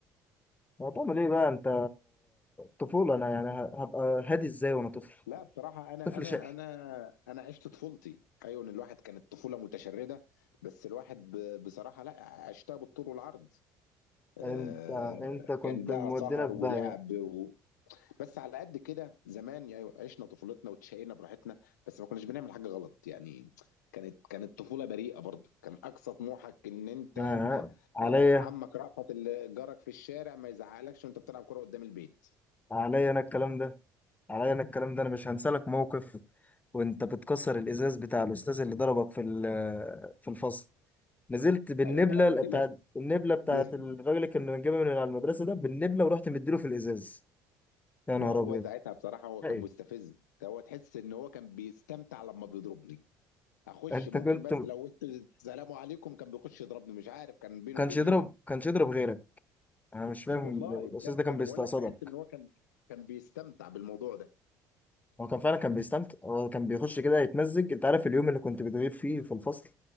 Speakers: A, on the left; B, on the left.
A: هتعمل ايه بقى انت طفولة انا يعني ه- هبقى هادي ازاي وانا طفل
B: لا بصراحه انا
A: طفل
B: انا
A: شقي
B: انا انا عشت طفولتي ايوه إن الواحد كانت طفوله متشرده بس الواحد ب- بصراحه لا عشتها بالطول والعرض آه
A: انت انت كنت
B: كان بقى
A: مودينا
B: سهر
A: في
B: ولعب
A: داهية
B: و... بس على قد كده زمان يعني عشنا طفولتنا وتشقينا براحتنا بس ما كناش بنعمل حاجه غلط يعني كانت كانت طفوله بريئه برضو كان اقصى طموحك ان انت
A: آه.
B: آه،
A: عليا
B: آه، عمك رأفت اللي جارك في الشارع ما يزعقلكش وانت بتلعب كرة قدام البيت
A: عليا انا الكلام ده عليا انا الكلام ده انا مش هنسى لك موقف وانت بتكسر الازاز بتاع الاستاذ اللي ضربك في ال- في الفصل نزلت بالنبله
B: أيوه ما أنا قُلت
A: بتاعت
B: لك
A: النبله بتاعت
B: <laughs>
A: الراجل اللي كنا بنجيبها من على المدرسه ده بالنبله ورحت مديله في الازاز يا نهار
B: ما هو
A: ابيض
B: ساعتها بصراحة هو كان
A: ايه
B: مستفز، هو تحس إن هو كان بيستمتع لمّا بيضربني، أخُش
A: انت
B: ممكن
A: كنت
B: بس لو قُلت السلام عليكم كان بيخُش يضربني، مش عارف كان بينه
A: كانش
B: وبيني
A: يضرب
B: إيه،
A: كانش يضرب غيرك انا مش فاهم
B: والله بجد
A: الاستاذ ده كان
B: أنا
A: بيستقصدك
B: باقول لك باحس إن هو كان كان بيستمتع بالموضوع ده،
A: هو كان فعلا كان بيستمتع هو كان بيخش كده يتمزج انت عارف اليوم اللي كنت بتغيب فيه في الفصل